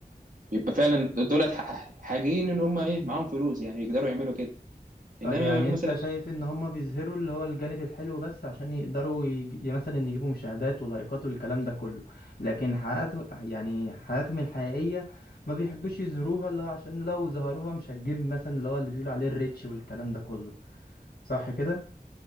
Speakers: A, on the right; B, on the left.
A: بيبقى فعلا دولت ح- حاجين ان هم ايه معاهم فلوس يعني يقدروا يعملوا كده
B: طب
A: انما
B: يعني
A: مثلا
B: انت شايف ان هم بيظهروا اللي هو الجانب الحلو بس عشان يقدروا يج... ي- مثلا يجيبوا مشاهدات ولايكات والكلام ده كله لكن حياته يعني حياتهم الحقيقية ما بيحبوش يظهروها اللي هو عشان لو ظهروها مش هتجيب مثلا اللي هو اللي بيقولوا عليه الريتش والكلام ده كله صح كده